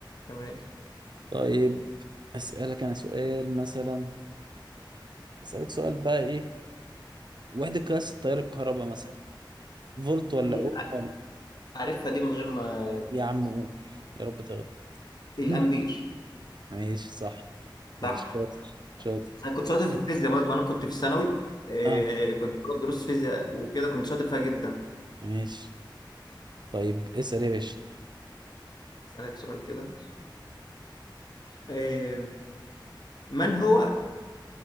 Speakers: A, on the left; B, on the right.
A: تمام
B: طيب أسألك أنا سؤال مثلا أسألك سؤال بقى إيه وحدة قياس التيار الكهرباء مثلا فولت ولا
A: دي
B: أوم ولا
A: عارفها دي من غير ما
B: يا عم أوم يا رب تغلط
A: الامبير
B: <laughs> ماشي صح ماشي
A: صح
B: شاطر شاطر
A: انا كنت شاطر في الفيزياء برضه وانا كنت في الثانوي آه
B: اه
A: كنت باخد دروس فيزياء وكده كنت شاطر فيها جدا
B: ماشي طيب اسأل يا باشا
A: اسالك سؤال كده آه من هو